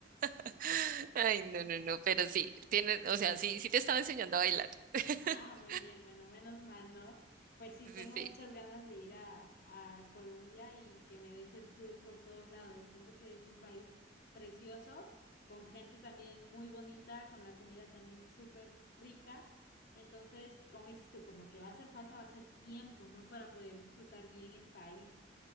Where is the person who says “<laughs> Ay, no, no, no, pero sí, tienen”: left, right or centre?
Right